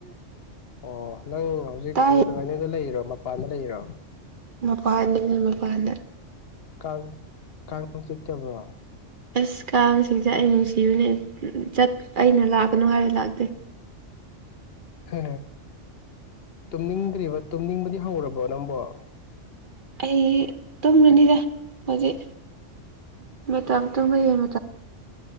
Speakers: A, on the left; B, on the right.
A: ꯑꯣ ꯅꯪ ꯍꯧꯖꯤꯛ
B: ꯇꯥꯏ
A: ꯗ ꯂꯩꯔꯣ ꯃꯄꯥꯟꯗ ꯂꯩꯔꯣ
B: ꯃꯄꯥꯟꯗꯅ ꯃꯄꯥꯟꯗ
A: ꯀꯥꯡ ꯀꯥꯡ ꯆꯤꯛꯇꯕ꯭ꯔꯣ
B: ꯑꯁ ꯀꯥꯡꯁꯤꯡꯁꯦ ꯑꯩ ꯅꯨꯡꯁꯤꯕꯅꯦ ꯆꯠ ꯑꯩꯅ ꯂꯥꯛꯀꯅꯨ ꯍꯥꯏꯕ ꯂꯥꯛꯇꯦ
A: ꯍ ꯇꯨꯝꯅꯤꯡꯗ꯭ꯔꯤꯕ ꯇꯨꯝꯅꯤꯡꯕꯗꯤ ꯍꯧꯔꯕꯣ ꯅꯪꯕꯨꯣ
B: ꯑꯩ ꯇꯨꯝꯕꯅꯤꯗ ꯍꯧꯖꯤꯛ ꯃꯇꯝ ꯇꯨꯝꯕꯒꯤꯡ